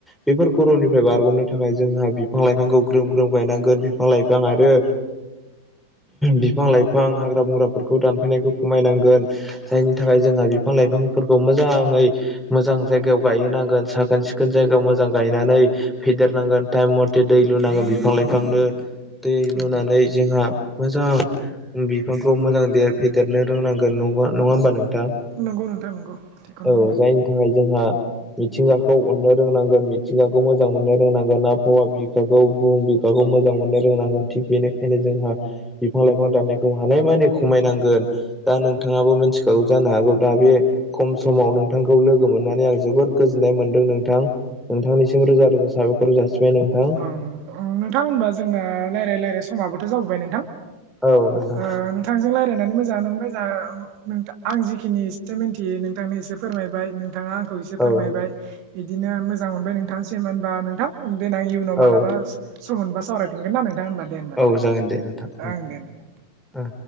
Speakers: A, in the centre; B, on the right.
A: बेफोर गरमनिफ्राय बारग'नो थाखाय जोंहा बिफां लाइफांखौ ग्रोम ग्रोम गायनांगोन बिफां लाइफां आरो बिफां लाइफां हाग्रा बंग्राफोरखौ दानफायनायखौ खमायनांगोन जायनि थाखाय जोंहा बिफां लाइफांफोरखौ मोजाङै मोजां जायगायाव गायहोनांगोन साखोन सिखोन जायगायाव मोजां गायनानै फेदेरनांगोन टाइम मथे दै लुनांगोन बिफां लाइफांनो दै नुनानै
B: उम
A: जोंहा मोजां बिफांखौ मोजां फेदेरनो रोंनांगोन ना नङा होमबा नों थां
B: नंगौ नोंथां नंगौ थिगखौनो
A: औ
B: बुंदों
A: जायनि थाखाय जोंहा मिथिंगाखौ अन्नो रोंनांगोन मिथिंगाखौ मोजां मोननो रोंनांगोन ना फवा बिखाखौ बुहुम बिखाखौ मोजां मोननो रोंनांगोन थिग बेनिखायनो जोंहा बिफां लाइफां दाननायखौ हानायमानि खमायनांगोन दा नोंथाङाबो मिथिखागौ जानो हाग गौ दा बे खम समाव नोंथांखौ लोगो मोननानै आं जोबोद गोजोननाय मोनदों नोंथां। नोंथांनिसिमोज रोजा रोजा जासिबाय नोंथां
B: औ नोंथां होनबा जोंना रायजलायलायलाय समाबोथ' जाबोबाय नोंथां
A: औ नोंथां
B: ओ नोंथांजोंलाय फनानै मोजाङानो मोनबायों आं जिखिनि एसे मिथियो नोंथांनो एसे फोरमायबाय नों नोंथाङा आंखौ एसे फोरमायबाय
A: औ
B: बिदिनो मोजां मोनबाय नोंथांसिम होनबा नोंथां? देनां इयुनाव माब
A: औ
B: सम मोनबा सावरायफिनगोन ना नों <unintelligible> दे हब ना
A: औ जागोन दे नोंथां
B: ओ दे होनबा
A: ओ